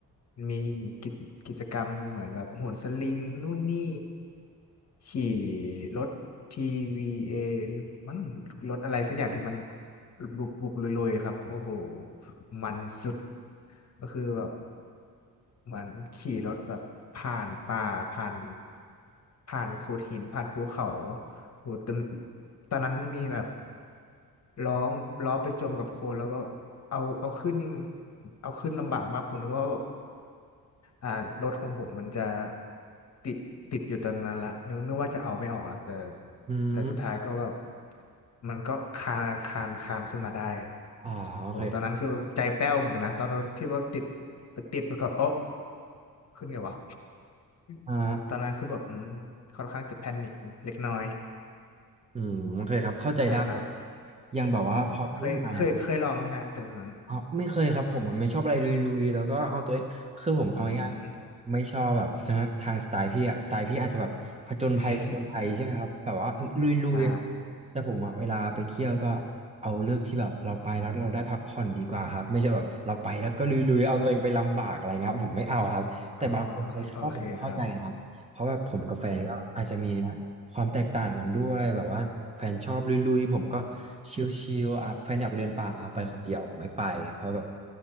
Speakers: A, on the left (about 45°); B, on the right (about 20°).
A: มีกิจกิจกรรมเหมือนแบบโหนสลิงนู่นนี่ขี่รถ TVA มั้งรถอะไรสักอย่างที่มัน บุกบุกลุยๆครับโอ้โหมันสุดก็คือแบบเหมือนขี่รถแบบผ่านป่าผ่านผ่านโขดหินผ่านภูเขาโอ้โหตอนตอนนั้นมีแบบ ล้อมล้อไปจมกับโคลนแล้วก็เอาเอาขึ้นนี่เอาขึ้นลำบากมากผมนึกว่าแบบอ่ารถของผมมันจะติดติดอยู่ตอนนั้นละนึกนึกว่าจะเอาไม่ออกละแต่
B: อืม
A: แต่สุดท้ายก็แบบมันก็คานคานคานขึ้นมาได้
B: อ๋อโอเคครับ
A: โอ้ตอนนั้นคือใจแป้วเหมือนกันนะตอนที่ว่าติดไปติดไปก็โอ๊ะขึ้นไงวะ
B: อ่า
A: <laughs> ตอนนั้นคือแบบอืมค่อนข้างจะแพนิคเล็กน้อย
B: อืมโอเคครับเข้าใจได้
A: ใช่ครับ
B: ยังแบบว่าพอพี่พูดมาเนี่ย
A: อืมเคยเคยเคยลองไหมฮะตอนนั้น
B: อ๋อไม่เคยครับผมอะไม่ชอบอะไรลุยๆแล้วก็เอาตัวเองคือผมเอาง่ายๆไม่ชอบแบบ
A: อืม
B: ทางสไตล์พี่อะสไตล์พี่อาจจะแบบผจญภัยผจญภัยใช่ไหมครับแบบว่าเอ้ยลุยๆอะ
A: <laughs> ใช่
B: แต่ผมอะเวลาไปเที่ยวก็เอาเลือกที่แบบเราไปแล้วเราได้พักผ่อนดีกว่าครับไม่ใช่แบบเราไปแล้วก็ลุยๆเอาตัวเองไปลำบากอะไรเงี้ยครับผมไม่เอาครับแต่บางคนเขาชอบผมก็เข้าใจนะครับ
A: อ๋อโอเคครับ
B: เพราะแบบผมกับแฟนก็อาจจะมี
A: อืม
B: ความแตกต่างกันด้วยแบบว่าแฟนชอบลุยๆผมก็ชิลๆอ่ะแฟนอยากไปเดินป่าอ่ะไปคนเดียวผมไม่ไปเพราะแบบ
A: อืม